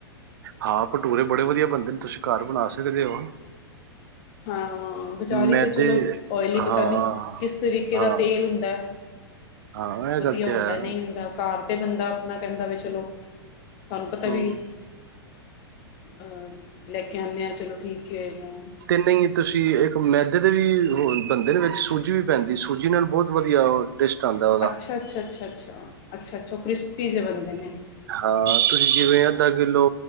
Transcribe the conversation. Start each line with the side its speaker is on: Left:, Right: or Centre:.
Right: ਹਾਂ ਭਟੂਰੇ ਬੜੇ ਵਧੀਆ ਬਣਦੇ ਨੇ ਤੁਸੀ ਘਰ ਬਣਾ ਸਕਦੇ ਹੋ।
Left: ਹਾਂ ਬਜ਼ਾਰੀ
Right: ਮੈਦੇ
Left: ਤਾਂ ਚਲੋ ਓਇਲੀ
Right: ਹਾਂ
Left: ਪਤਾ ਨਈ ਕਿਸ ਤਰੀਕੇ
Right: ਹਾਂ
Left: ਦਾ ਤੇਲ ਹੁੰਦਾ
Right: ਹਾਂ ਇਹ
Left: ਵਧੀਆ
Right: ਗੱਲ ਤੇ
Left: ਹੁੰਦਾ
Right: ਹੈ
Left: ਨਈ ਹੁੰਦਾ। ਘਾਰ ਤੇ ਬੰਦਾ ਆਪਣਾ ਕਹਿਦਾ ਵੀ ਚਲੋ ਸਾਨੂੰ ਪਤਾ
Right: ਹਮ
Left: ਵੀ ਅਹ ਲੈ ਕੇ ਆਂਦੇ ਆ, ਚਲੋ ਠੀਕ ਹੀ ਹੋਏਗਾ।
Right: ਅਤੇ ਨਈ ਤੁਸੀ ਇਕ ਮੈਦੇ ਦੇ ਵੀ ਹੋ ਬੰਦੇ ਨੇ ਵਿਚ ਸੂਜੀ ਵੀ ਪੈਦੀ, ਸੂਜੀ ਨਾਲ ਬਹੁਤ ਵਧੀਆ ਟੇਸਟ ਆਂਦਾ।
Left: ਅੱਛਾ-ਅੱਛਾ-ਅੱਛਾ-ਅੱਛਾ-ਅੱਛਾ-ਅੱਛਾ ਕ੍ਰਿਸਪੀ ਜਿ ਬੰਦੇ ਨੇ
Right: ਹਾਂ ਤੁਸੀ ਜਿਵੇ ਅਧਾ ਕਿਲੋ